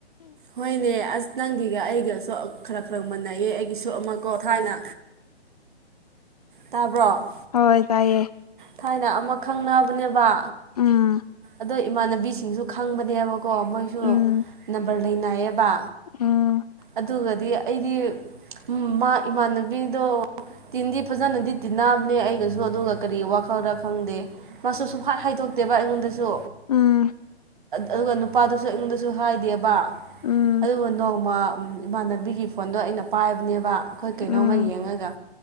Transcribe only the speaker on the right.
ꯍꯣꯏꯅꯦ ꯑꯁ ꯅꯪꯒꯤꯒ ꯑꯩꯒꯁꯨ ꯈꯔ ꯈꯔ ꯃꯥꯟꯅꯩꯌꯦ ꯑꯩꯒꯤꯁꯨ ꯑꯃꯀꯣ ꯊꯥꯏꯅ ꯇꯥꯕ꯭ꯔꯣ
ꯊꯥꯏꯅ ꯑꯃ ꯈꯪꯅꯕꯅꯦꯕ
ꯑꯗꯣ ꯏꯃꯥꯟꯅꯕꯤꯁꯤꯡꯁꯨ ꯈꯪꯕꯅꯦꯕꯀꯣ ꯃꯣꯏꯁꯨ
ꯅꯝꯕꯔ ꯂꯩꯅꯥꯏꯌꯦꯕ
ꯑꯗꯨꯒꯗꯤ ꯑꯩꯗꯤ ꯃꯥ ꯏꯃꯥꯟꯅꯕꯤꯗꯣ ꯇꯤꯟꯗꯤ ꯐꯖꯅꯗꯤ ꯇꯤꯟꯅꯕꯅꯦ ꯑꯩꯒꯁꯨ ꯑꯗꯨꯒ ꯀꯔꯤ ꯋꯥꯈꯜꯗ ꯈꯪꯗꯦ ꯃꯆꯨ ꯁꯨꯡꯍꯥꯢ ꯍꯥꯏꯗꯣꯛꯇꯦꯕ ꯑꯩꯉꯣꯟꯗꯁꯨ
ꯑꯗꯨꯒ ꯅꯨꯄꯥꯗꯨꯁꯨ ꯑꯩꯉꯣꯟꯗꯁꯨ ꯍꯥꯏꯗꯦꯕ
ꯑꯗꯨꯒ ꯅꯣꯡꯃ ꯏꯃꯥꯟꯅꯕꯤꯒꯤ ꯐꯣꯟꯗꯣ ꯑꯩꯅ ꯄꯥꯏꯕꯅꯦꯕ ꯑꯩꯈꯣꯏ ꯀꯩꯅꯣꯝꯃ
ꯌꯦꯡꯉꯒ